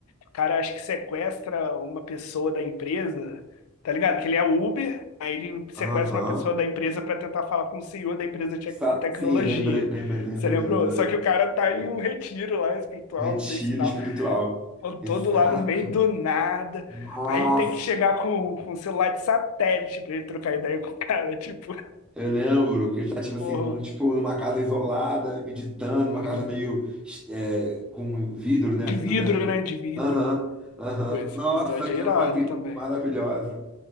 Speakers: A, on the left (about 70°); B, in the centre.
A: O cara acho que sequestra uma pessoa da empresa, tá ligado? Que ele é Uber, aí ele sequestra
B: Aham.
A: uma pessoa da empresa para tentar falar com o CEO da empresa de
B: Sa-
A: tec- tecnologia.
B: Sim, lembrei, lembrei, lembrei,
A: Você lembrou?
B: lembrei, lembrei.
A: Só que o cara tá
B: lembrei.
A: em um retiro lá espiritual,
B: Retiro
A: não tem sinal
B: espiritual.
A: Eu
B: Exato.
A: todo lá no meio do nada.
B: Nossa.
A: Aí tem que chegar com, com um celular de satélite pra ele trocar ideia com o cara. <laughs> Tipo,
B: Eu lembro que ele tá, tipo assim,
A: porra,
B: num, tipo, numa casa isolada, meditando, uma
A: uhum.
B: casa meio é, com vidro, né?
A: de
B: Assim,
A: vidro,
B: toda. toda-
A: né? De vidro.
B: Aham, aham.
A: Pô, esse
B: Nossa,
A: episódio
B: aquela
A: é irado
B: é uma crise
A: também,
B: maravilhosa.